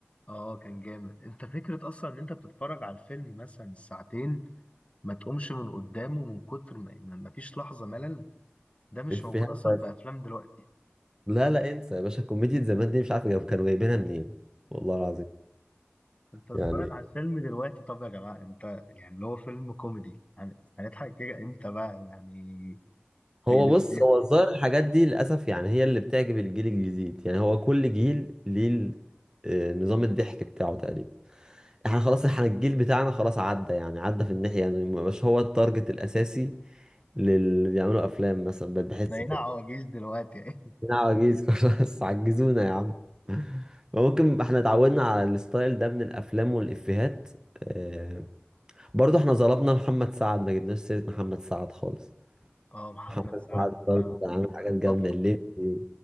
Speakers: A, on the left (about 30°); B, on the right (about 15°).
A: اه كان جامد انت فكره اصلا ان انت بتتفرج على الفيلم مثلا الساعتين ما تقومش من قدامه من كتر ما ما ما فيش لحظه ملل ده مش
B: افيهات
A: موجود اصلا
B: بس
A: في افلام دلوقتي
B: لا لا انسى يا باشا كوميديا زمان دي مش عارف جاب- كانوا جايبينها منين والله العظيم
A: انت بتتفرج
B: يعني
A: على الفيلم دلوقتي طب يا جماعه انت يعني اللي هو فيلم كوميدي هن- هنضحك كده امتى بقى يعني في
B: هو
A: قلب
B: بص
A: ايه
B: هو الظاهر الحاجات دي للأسف يعني هي اللي بتعجب الجيل الجديد يعني هو كل جيل ليه ال- آه، نظام الضحك بتاعه تقريبا احنا خلاص احنا الجيل بتاعنا خلاص عدى يعني عدى في الناحية يعني ما بقاش هو التارجت الأساسي للي بيعملوا أفلام مثلا بقيت بحس
A: بقينا
B: كده
A: عواجيز دلوقتي <laughs> يعني
B: احنا عواجيز <laughs> خلاص عجزونا يا عم ممكن احنا اتعودنا على الستايل ده من الأفلام والإفيهات آه، برضه احنا ظلمنا محمد سعد ما جبناش سيرة محمد سعد خالص
A: اه محمد
B: محمد
A: سعد
B: سعد برضه
A: انا
B: ده عامل حاجات جامدة
A: طب
B: الليمبي و-